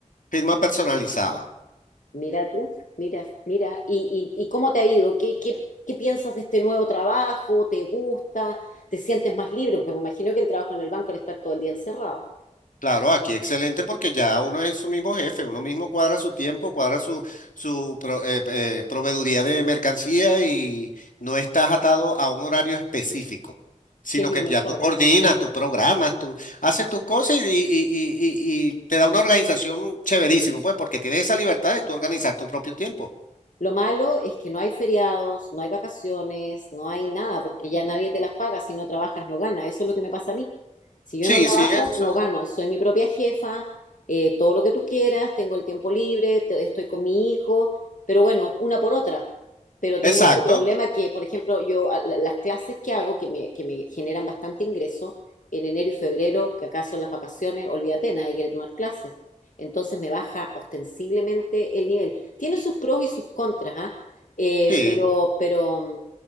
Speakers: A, on the left; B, on the left.
A: firma personalizada.
B: Mira tú, mira, mira. ¿Y, y, y cómo te ha ido? ¿Qué, qué, qué piensas de este nuevo trabajo? ¿Te gusta? ¿Te sientes más libre? Porque me imagino que el trabajo en el banco era estar todo el día encerrado,
A: Claro, aquí excelente porque ya uno es su mismo jefe, uno mismo cuadra su tiempo, cuadra su, su pro- eh, eh, proveeduría de mercancía y no estás atado a un horario específico, sino
B: que es lo
A: que
B: mejor,
A: ya tú coordinas,
B: ¿eh?
A: tú programas, tú haces tus cosas y, y- y- y- y te da una organización chéverísimo, pues porque tienes esa libertad de tú organizar tu propio tiempo.
B: Lo malo es que no hay feriados, no hay vacaciones, no hay nada, porque ya nadie te las paga. Si no trabajas, no ganas. Eso es lo que me pasa a mí. Si yo
A: Sí,
B: no trabajo,
A: sí, eso.
B: no
A: es.
B: gano. Soy mi propia jefa, eh, todo lo que tú quieras, tengo el tiempo libre, te- estoy con mi hijo, pero bueno, una por otra. Pero
A: Exacto,
B: tengo este problema que, por ejemplo, yo a- la- las clases que hago, que me, que me generan bastante ingreso, en enero y febrero, que acá son las vacaciones, olvídate, nadie quiere tomar clases. Entonces me baja ostensiblemente el nivel. Tiene sus pros y sus contras, ¿ah? Eh,
A: sí.
B: pero, pero mm,